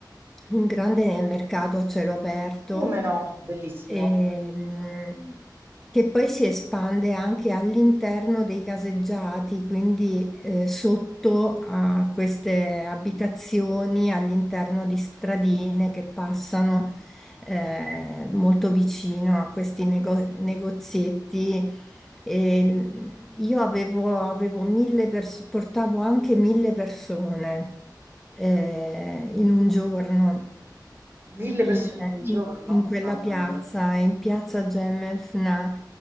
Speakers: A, in the centre; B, on the right.
A: un grande mercato a cielo aperto
B: Come no? Bellissimo.
A: ehm, che poi si espande anche all'interno dei caseggiati, quindi eh, sotto a queste abitazioni, all'interno di stradine che passano eh, molto vicino a questi nego- negozietti e io avevo, avevo mille persone, portavo anche mille persone eh, in un giorno
B: Mille sì,
A: in,
B: persone in un giorno?
A: in- in quella
B: Mamma
A: piazza,
B: mia.
A: in piazza Gemelfna,